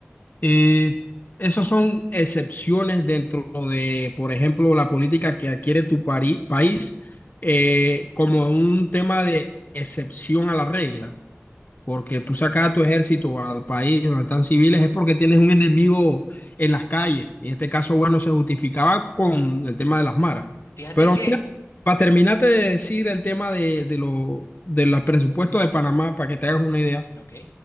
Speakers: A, on the left; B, on the left.
A: eh, esas son excepciones dentro de, por ejemplo, la política que adquiere tu pari- país eh, como un tema de excepción a la regla. Porque tú sacas a tu ejército al país donde están civiles es porque tienes un enemigo en las calles. Y en este caso, bueno, se justificaba con el tema de las maras.
B: Fíjate
A: Pero
B: que,
A: mira, para terminarte de decir el tema de, de lo, de los presupuestos de Panamá, para que te hagas una idea,
B: ok,